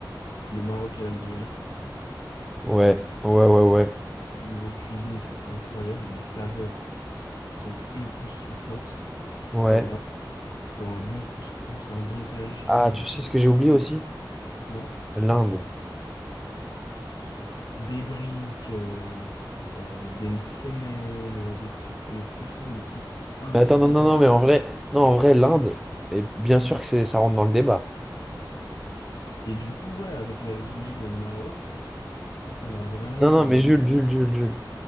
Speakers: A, on the left; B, in the centre.
A: Le Maroc et l'Algérie.
B: Ouais, ouais, ouais, ouais.
A: Niveau cuisine, c'est incroyable. Les saveurs sont époustouflantes.
B: Ouais.
A: Mais vraiment, genre un bon couscous, un bon tagine,
B: Ah, tu sais ce que j'ai oublié
A: euh,
B: aussi?
A: non?
B: L'Inde.
A: Des briques, euh, euh, des msemen, euh, des trucs, mais franchement, des trucs incroyables.
B: Mais Attends, non, non, non, mais en vrai, non, en vrai, l'Inde, mais bien sûr que c'est, ça rentre dans le débat.
A: Et du coup, ouais, avec l'Algérie et le Maroc. Je trouve qu'on a vraiment.
B: Non, non,
A: euh,
B: mais Jules, Jules, Jules, Jules.